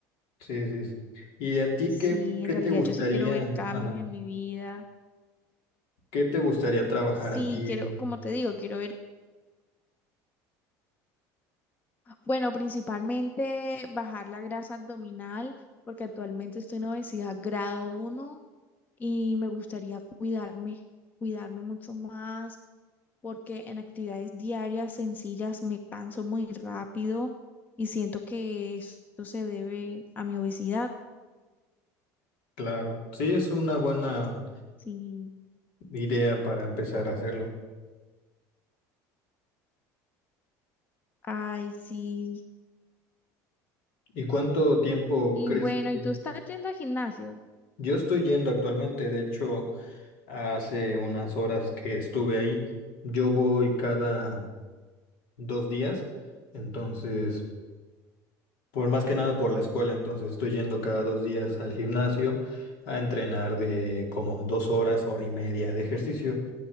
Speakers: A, on the left; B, on the left.
A: sí, sí. sí. ¿Y a ti
B: Si
A: qué, qué
B: en realidad
A: te gustaría,
B: yo sí quiero ver cambios
A: ajá,
B: en mi vida.
A: qué te gustaría trabajar
B: Sí,
A: a ti?
B: quiero, como te digo, quiero ver Bueno, principalmente bajar la grasa abdominal, porque actualmente estoy en obesidad grado uno y me gustaría cuidarme, cuidarme mucho más, porque en actividades diarias sencillas me canso muy rápido y siento que esto se debe a mi obesidad.
A: Claro, sí, es una buena
B: Sí,
A: idea para empezar a hacerlo.
B: ay, sí.
A: ¿Y cuánto tiempo
B: Y
A: crees
B: bueno,
A: que
B: ¿y tú estás yendo al gimnasio?
A: yo estoy yendo actualmente? De hecho, hace unas horas que estuve ahí, yo voy cada dos días, entonces, por más que nada por la escuela, entonces estoy yendo cada dos días al gimnasio a entrenar de como dos horas, hora y media de ejercicio.